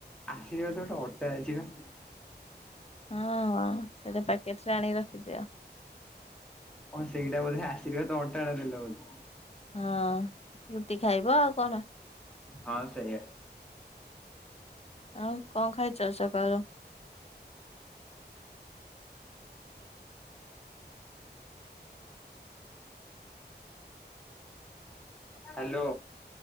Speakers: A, in the centre; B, on the left.
A: ଆଶୀର୍ବାଦ ଗୋଟେ ଅଟା ଅଛିବା?
B: ହଁ ସେଇଟା ପ୍ୟାକେଟରେ ଆଣିକି ରଖିଦିଅ।
A: ହଁ ସେଇଟା ବୋଧେ ଆଶୀର୍ବାଦତ ଅଟାଟା ଦେଲ ବୋଧେ?
B: ହଁ ରୁଟି ଖାଇବ ଆଉ କଣ।
A: ହଁ ସେଇୟା।
B: ଆଉ କଣ ଖାଇଛ ସକାଳୁ?
A: ହାଲୋ।